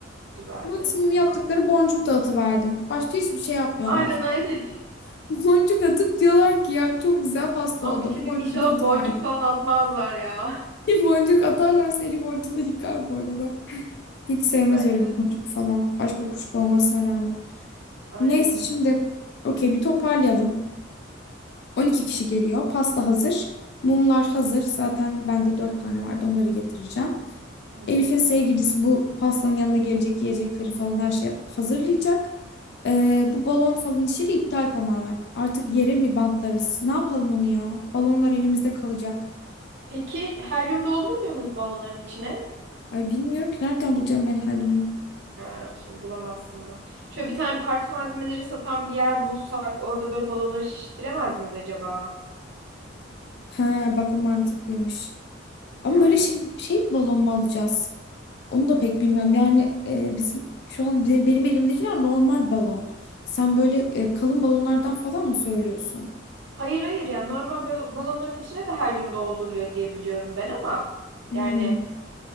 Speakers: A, on the right (about 60°); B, on the left (about 55°).
A: güzelce.
B: maksimum yaptıkları
A: Tamam dedi.
B: boncuk dağıtıverdim Başka hiçbir şey yapmıyorlar.
A: Aynen aynen.
B: <laughs> Boncuk atıp diyorlar ki ya çok güzel pasta
A: <laughs> Ama
B: oldu.
A: bir şey diyeyim
B: Boncuğu
A: inşallah
B: da atıverdim.
A: boncuk falan atmazlar ya.
B: <laughs> Boncuk atarlarsa Elif ortalığı yıkar bu arada. Hiç sevmez
A: <laughs> Bence
B: öyle boncuk falan. Aşk kokuşku olmasına rağmen.
A: aynen.
B: Neyse şimdi okey bir toparlayalım. 12 kişi geliyor. Pasta hazır. Mumlar hazır. Zaten bende 4 tane vardı. Onları getireceğim.
A: Hı hı.
B: Elif'in sevgilisi bu pastanın yanına gelecek yiyecekleri falan her şeyi hazırlayacak. Ee, bu balon falan işi de iptal tamamen. Artık yere mi bantlarız? Ne yapalım onu ya? Balonlar elimizde kalacak.
A: Peki helyum dolduramıyor muyuz balonların içine?
B: Ay bilmiyorum ki nereden bulacağım ben helyumu.
A: Ha, şimdi bulamazsın bak. Şöyle bir tane parti malzemeleri satan bir yer bulsak orada böyle balonları şiştiremez miyiz acaba?
B: Ha bak o mantıklıymış. Ama
A: Yani.
B: böyle şey, şey balon mu alacağız? Onu da pek bilmiyorum. Yani e, bizim şu an be- benim elimdekiler normal balon. Sen böyle e, kalın balonlardan falan mı söylüyorsun?
A: Hayır hayır yani normal balo- balonların içine de helyum dolduruluyor diye biliyorum ben ama
B: Hmm,
A: yani